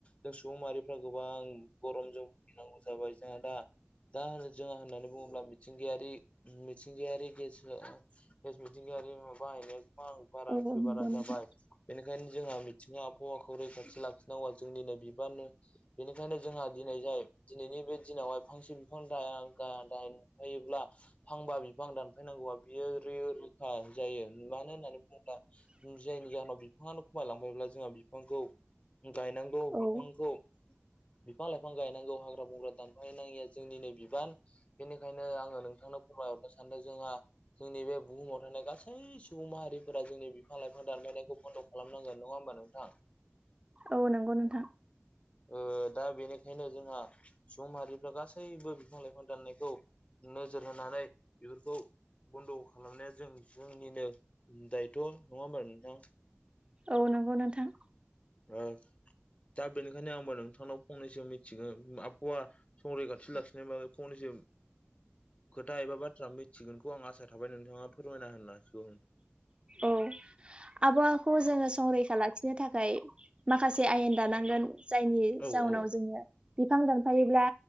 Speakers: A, on the left; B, on the right.
A: जों सुबुं मारिफ्रा गोबां गरमजों फनांगौ जाबाय जोंहा दा दा होनो जोहा होननानै बुङोब्ला मिथिंगायारि मिथिंगायारिेसस मिथिंगायारि <inaudible> म एबां बारा
B: औ
A: इखुय
B: नंगौ
A: बारा
B: नोंथां
A: जाबाय बेनिखायनो जोंहा मिथिंगा आबहावाखौ <inaudible> लाखिनांगौ जोंनिनो बिबानो बेनिखायनो जोंहा दिनै जाय दिनैनि बे दिनावहाय फांसे बिफां द दुफायोब्ला फांबा बिफां दानफायनांगौआ बियो र रखा <unintelligible> जायो मानो होननानै बुङोब्ला जायनि जाहोनाव बिफांआनो खमायलांबायब्ला जोंहा बिांखौ <inaudible> गायनांगौ बिफांखौ
B: औ
A: बिफां लाइफां गायनांगौ हाग्रा बंग्रा दानफाय नाङिया जोंनिनो‌ बिबान बेनिखायनो आङो नोंथांनो फोरमायहरनो सानदों जोंहा जोंनि बे बुहुमाव थानाय गासै सुबुं माहारिफोरा जोंनि बिफां लाइफां दानफायनायखौ बन्द' खालामनांगोन नङा होनबा नोथां <unintelligible>
B: औ नंगौ नोंथां
A: ओ दा बेनिखायनो जोंहा सुबुं माहारिफ्रा गासैबो बिफां लाइफां दाननायखौ नोजोर होनानै बेफोरखौ बन्द' खालामनाया जों जोंनिनो दायथ'। नङा होमबा नोंथां
B: औ नंगौ नोंथां।
A: ओ दा बेनिखायनो आंबो नोंथांनाव फंनैसो मिथिगोन आबहावा संरैखाथि लाखिनायबाबो फंनैसो उम। खोथा एबा बाथ्रा मिथिगोनखौ आं आसा थाबाय नोंथाङा फोरमायना होनना हासिगौ।
B: औ। आबहावाखौ जोङो संरैखा लाखिनो थाखाय माखासे आयेन दानांगोन। जायनि
A: औ
B: जाउनाव
A: औ
B: जोङो बिफां दानफायोब्ला